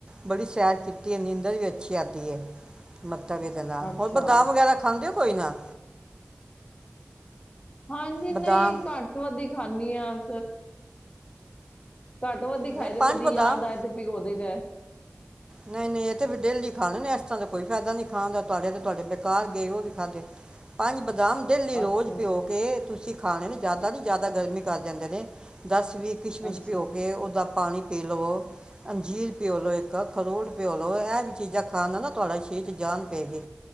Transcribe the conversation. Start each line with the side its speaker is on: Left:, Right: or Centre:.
Right: ਬੜੀ ਸੈਰ ਕੀਤੀ ਨੀਂਦਰ ਵੀ ਅੱਛੀ ਆਦੀ ਹੈ ਤਵੀ ਦੇ ਨਾਲ
Left: ਅੱਛਾ
Right: ਹੋਰ ਬਦਾਮ ਵਗੈਰਾ ਖਾਂਦੇ ਹੋ ਕੋਈ ਨਾ
Left: ਹਾਂਜੀ ਨਹੀਂ
Right: ਬਦਾਮ
Left: ਘੱਟ ਵੱਧਦੀ ਖਾਂਦੀ ਆਂ <unintelligible> ਘੱਟ ਵੱਧਦੀ ਖਾਈ
Right: ਨਹੀਂ
Left: ਦੇ
Right: ਪੰਜ
Left: ਕਦੀ
Right: ਬਦਾਮ
Left: ਯਾਦ ਆਏ ਤੇ ਭਾਗੋ ਦੇਈਦ
Right: ਨਹੀਂ ਨਹੀਂ ਇਹ ਤੇ ਡੇਲੀ ਖਾਣੇ ਨੇ ਇਸ ਤਰ੍ਹਾਂ ਦਾ ਕੋਈ ਫਾਇਦਾ ਨੀ ਖਾਣ ਦਾ ਤੁਹਾਡੇ ਤੇ ਤੁਹਾਡੇ ਬੇਕਾਰ ਗਏ ਉਹ ਵੀ ਖਾਧ ਪੰਜ ਬਦਾਮ ਡਲੀ ਰੋਜ਼
Left: ਅੱਛਾ
Right: ਭਿਓ ਕੇ ਤੁਸੀਂ ਖਾਣੇ ਨੂੰ ਜ਼ਿਆਦਾ ਨੀ ਜ਼ਿਆਦਾ ਗਰਮੀ ਕਰ ਜਾਂਦੇ ਨੇ ਦਸ ਵੀ ਕਿਸ਼ਮਿਸ਼
Left: ਅੱਛਾ
Right: ਭਿਓ ਕੇ ਉਹਦਾ ਪਾਣੀ ਪੀ ਲਵੋ ਅੰਜੀਰ ਪੀ ਲਉ ਇੱਕ ਖਰੋਟ ਪਿਓ ਲਓ ਇਹ ਵੀ ਚੀਜ਼ਾਂ ਖਾਣ ਨਾਲ ਨਾ ਤੁਹਾਡਾ ਸਰੀਰ ਚ ਜਾਣ ਪੈ ਗ